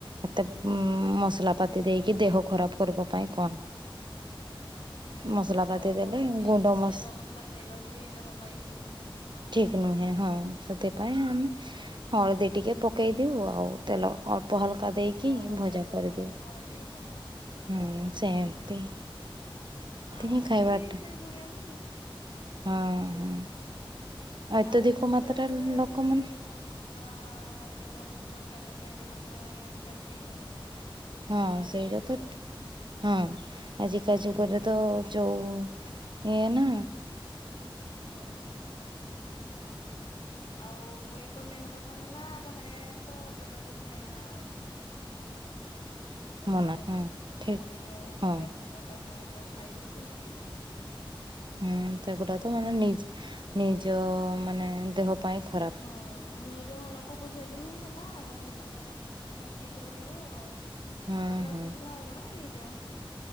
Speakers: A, on the right; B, on the left.
A: ଏତେ ଉ ମସଲା ପାତି ଦେଇକି ଦେହ ଖରାପ କରିବା ପାଇଁ କଣ ମସଲା
B: ହଁ
A: ବାଟିଦେଲି
B: ହଁ ବେଶୀ
A: ଗୁଣ୍ଡ ମସ
B: ତେଲ ମସଲା ଖାଇବା ବି ଦେହ ପାଇଁ ଠିକ ନୁହେଁ।
A: ଠିକ୍ ନୁହେଁ, ହଁ ସେଥିପାଇଁ ଆମେ
B: ହୁଁ
A: ହଳଦୀ ଟିକେ ଟିକେ ପକେଇ ଦିଉ ଆଉ ତେଲ ଅଳ୍ପ ହାଲକା ଦେଇକି
B: ହଁ
A: ଭଜା
B: ତେଲରେ
A: କରିଦିଉ
B: ହଳଦୀ ହଁ
A: ହୁଁ ସେମିତି
B: ହଁ। ଆମ
A: ହିଁ
B: ପଟେ
A: ଖାଇବାଟା
B: ବି ସେଭଳିଆ ହିଁ।
A: ହଁ ହଁ।
B: ହୁଁ
A: ଅତ୍ୟଧିକ
B: ଆଉ
A: ମାତ୍ରାରେ
B: ସବୁବେଳେ
A: ଲୋକମାନେ
B: ସେଇ ଯୋଉ ମ ମସଲା ତେଲ ମସଲା ଖାଇବା ପାଇଁ ଦେହ ପାଇଁ ଆଜିକାଲି ଠିକ୍ ନୁହଁ।
A: ହୁଁ
B: ଆଜିକା
A: ସେଇଟା
B: ଯୁଗରେ
A: ତ ହଁ ଆଜିକା ଯୁଗରେ ତ
B: ହୁଁ
A: ଯୋଉ ଏଇଆ ନା
B: ହୁଁ। ଆଉ ପୁଣି ତ ମେନ୍ କଥା ହେଲା ବାହାରେ ତ ଟୋଟାଲୀ ଖାଇବା କଥା
A: ମନା
B: ନୁହେଁ।
A: ହଁ ଠିକ୍
B: ବାହାରେ ଯୋଉ
A: ହଁ
B: ହୋଟେଲ ଫୋଟେଲ ହଁ ଯୋଉ ଖାଇ ଦଉଛନ୍ତି
A: ହୁଁ ସେଗୁଡା ତ ମାନେ ନି- ନିଜ ମାନେ ଦେହ ପାଇଁ ଖରାପ
B: ହଁ। ନିଜ ମନକୁ ବୁଝେଇଲେ ହିଁ ହେଲା ଆଉ। ନିଜ ଦେହ ଠିକ୍ ରହିବ ଆଉ। ପରେ
A: ହୁଁ ହୁଁ।
B: ଅସୁବିଧା ହବ ଆଁ ନେଇଯାଅ ହେଁ।